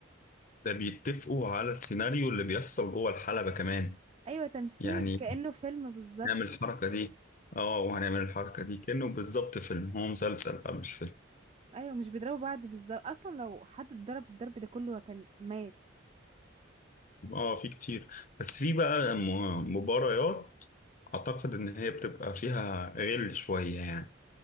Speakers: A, on the left; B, on the right.
A: ده بيتفقوا على السيناريو اللي بيحصل جوه الحلبه كمان
B: ايوه تمثيل
A: يعني
B: كأنه فيلم بالظبط
A: نعمل الحركه دي اه وهنعمل الحركه دي كانه بالظبط فيلم هو مسلسل بقى مش فيلم
B: ايوه مش بيضربوا بعض بالظبط اصلا لو حد اتضرب الضرب ده كله كان مات
A: اه في كتير بس في بقى م- مباريات اعتقد ان هي بتبقى فيها غل شويه يعني